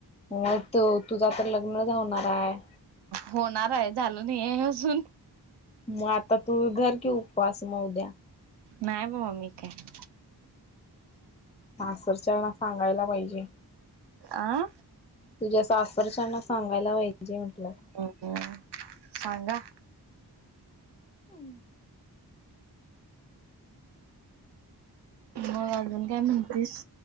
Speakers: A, on the left; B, on the right.
A: म तो तुझा आता लग्न राहणार हाय
B: होणार आहे झालं नाहीय अजून
A: म आता तू धर की उपवास म उद्या
B: नाही बाबा मी काय
A: सासरच्यांना सांगायला पाहिजे
B: आं
A: तुझ्या सासरच्यांना सांगायला पाहिजे म्हंटलं
B: ह् सांगा
A: हम्
B: मग अजून काय म्हणतीस.